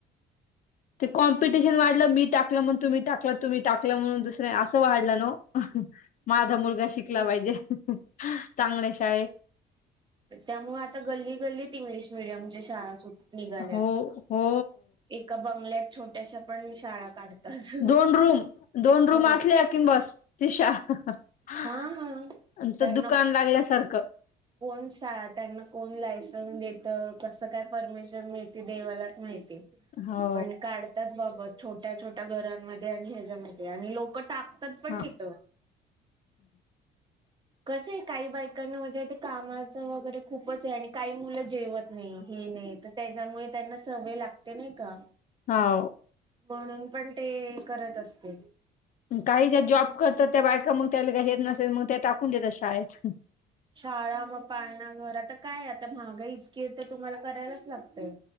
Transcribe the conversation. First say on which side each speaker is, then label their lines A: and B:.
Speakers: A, on the left (about 50°); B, on the right (about 25°).
A: ते कॉम्पिटिशन वाढलं मी टाकलं मग तुम्ही टाकलं तुम्ही टाकलं म्हणून दुसरे असं वाढलं न ओ. माझा मुलगा शिकला पाहिजे चांगल्या शाळे.
B: त्यामुळे आता गल्ली गल्लीत इंग्लिश मिडीयमच्या शाळा सु निघाल्या
A: हो हो
B: एका बंगल्यात छोट्याश्या पण शाळा काढतात
A: दोन रूम दोन रूम
B: हो
A: असल्या किं बस ति शाळा. आणि
B: हा हा त्यांना
A: त दुकान लागल्यासारखं.
B: कोण सा त्यांना कोण लायसन देत कसं काय परमिशन मिळती देवालाच माहीत.
A: हो
B: पण काढतात बाबा! छोट्या - छोट्या घरांमध्ये आणि ह्याज्यांमधे आणि लोक टाक तत् पण
A: हा
B: तिथं. कसं आहे काही बायकांना म्हणजे ते कामाचं वगैरे खूपच आहे आणि काही मुलं जेवत नाही. हे नाही, तर त्याच्यामुळे त्यांना सवय लागते नाही का?
A: हाऊ.
B: म्हणून पण ते करत असते.
A: काही ज्या जॉब करतात, त्या बायका मग त्याला काय येत नसेल मग त्या टाकून देतात शाळेत.
B: शाळा मग पाळणा घर आता काय आता महागा इतकी है तर तुम्हाला करायलाच लागतंय.